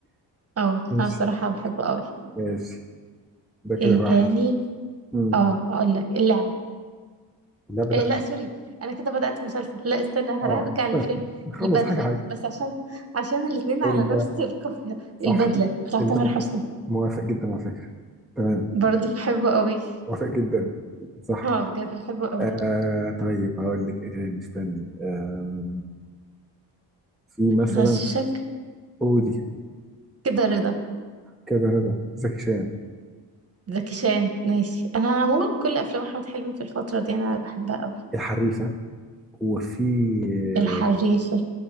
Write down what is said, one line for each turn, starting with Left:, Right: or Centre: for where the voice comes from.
Right: اه
Centre: ماشي
Right: انا صراحة بحبه قوي
Centre: ماشي ده كده
Right: ايه
Centre: واحد
Right: تاني
Centre: مم.
Right: اه هقول لك اللعبة
Centre: لا بدأ
Right: إيه لا سوري انا كده بدأت مسلسل لا استنى هرجع
Centre: آه استنى.
Right: للفيلم
Centre: نخلص
Right: البدلة
Centre: حاجة حاجة
Right: بس عشان عشان الاتنين على
Centre: ال-
Right: نفس القافية
Centre: صح
Right: البدلة بتاع
Centre: اللي
Right: تامر
Centre: بعد
Right: حسني
Centre: موافق جدا على فكرة تمام
Right: برضه بحبه قوي
Centre: موافق جدا صح
Right: اه بجد بحبه قوي
Centre: آه طيب هقول لك ايه تاني استني آه في مثلا
Right: غششك
Centre: قولي
Right: كده رضا
Centre: كذا رضا زكي شان
Right: زكي شان ماشي انا عموما كل افلام احمد حلمي في الفترة دي انا بحبها قوي
Centre: الحريفه وفي
Right: الحريفة
Centre: آه،